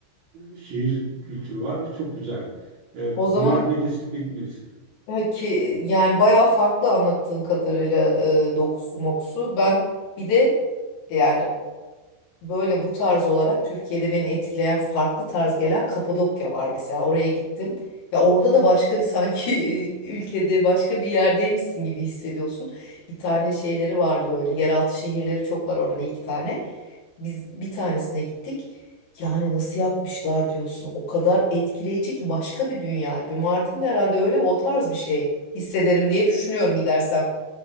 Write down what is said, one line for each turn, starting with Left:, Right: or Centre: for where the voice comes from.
Right: şehir kültürü var. Çok güzel. E,
Left: O zaman
Right: Mardin'e kesinlikle gitmelisin.
Left: Ya ki yani bayağı farklı anlattığın kadarıyla e, dokusu mokusu. Ben bir de yani böyle bu tarz olarak Türkiye'de beni etkileyen farklı tarz gelen Kapadokya var mesela. Oraya gittim. Ya orada da başka bir sanki <laughs> ülkede başka bir yerdeymişsin gibi hissediyorsun. Bir tane şeyleri vardı böyle yeraltı şehirleri çok var orada bir iki tane. Biz bir tanesine gittik. Yani nasıl yapmışlar diyorsun. O kadar etkileyici ki başka bir dünya gibi. Mardin'de herhalde öyle o tarz bir şey hissederim diye düşünüyorum gidersem.